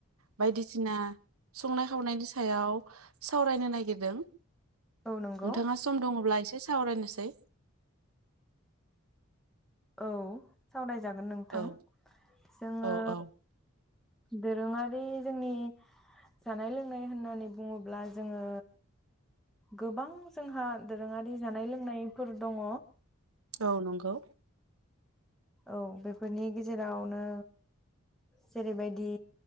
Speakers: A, on the right; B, in the centre.
A: बायदिसिना संनाय खावनायनि सायाव सावरायनो नागिरदों।
B: नंगौ
A: नोंथाङा सम दङब्ला एसे एसे सावरायनोसै
B: औ सावराय जागोन नोंथां
A: औ
B: जोङो
A: औ औ
B: दोरोङारि जोंनि जानाय लोंनाय होननानै बुङोब्ला जोङो गोबां जोंहा दोरोङारि जानाय लों बुंनायफोर दङ
A: औ नंगौ
B: औ बेफोरनि गेजेरावनो जेरैबायदि